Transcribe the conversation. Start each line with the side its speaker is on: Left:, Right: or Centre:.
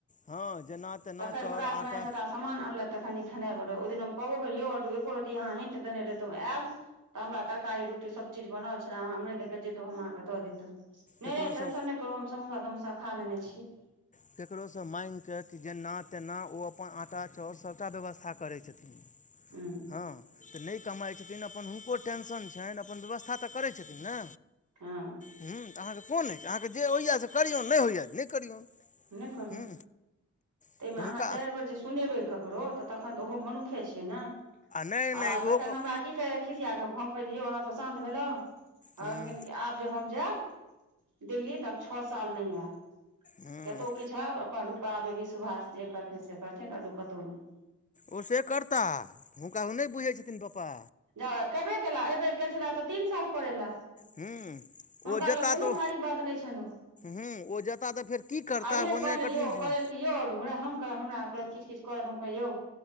Left: हँ जेना तेना
Right: तखन
Left: चाउर
Right: प्रात
Left: आटा
Right: भेने सबटा समान अनलथि तखनि इ खेनाइ बनौ ओहि दिन हम कहबो केलिअनि यौ अद्दु एको रत्ती अहाँ हिंट देने रहितौँ आएब। त हमरा तरकारी रोटी सब चीज बनल छले अहाँ इम्हरे द क जैतौं हम अहाँकेँ द दितौं। नै
Left: ककरोसँ
Right: नै टेंशन नै करू हम समोसा तमोसा खा लेने छी।
Left: केकरो सं माँगिक कि जेना तेना ओ अपन आंटा चाउर सभटा व्यवस्था करै छथिन।
Right: हुं
Left: हँ त नै कमाइ छथिन अपन हुनको टेंशन छनि अपन व्यवस्था त करै छथिन ने।
Right: हँ
Left: हुं अहाँके कोन अछि अहाँकेँ जे होइए से करियौन नै होइए त नै करियौन।
Right: नै करियौ
Left: हूँ
Right: तै
Left: तऽ
Right: मे
Left: हुनका
Right: अहाँ चारि बेर जे सुनेबै ककरो त तखन त ओहो मनु खे छियै ने
Left: नहि
Right: आ
Left: नहि इहो
Right: तखन
Left: गप
Right: हमरा की कहैया खिसिया क हम कहलिअइ यौ अहाँ सब शांत भेलहुँ। हमरा
Left: हूँ
Right: केलखिन आब जे हम जाएब दिल्ली त आब छ साल नै आएब।
Left: हँ
Right: केतौ किछु हैब अपन रूक्ता बेबी सुभाष जे करथिन से करथिन अद्दु कतौ नै।
Left: ओ से करता हुनका ओ नै बुझै छथिन पप्पा।
Right: जा ए केबे केला अइ बेर गेल छला त तीन साल पर एला
Left: हुं
Right: हुनका
Left: ओ जेता
Right: लए कोनो
Left: त ओ
Right: भारी बात नहि छनि ओ
Left: हुं ओ जेता त फेर की करता
Right: आइयो
Left: बुझनाइ
Right: कहलनि
Left: कठिन
Right: यौ
Left: छै।
Right: कहलनि कि यौ अदभोला हमक हमरा किछु किछु कहलथि हम कहलिअनि यौ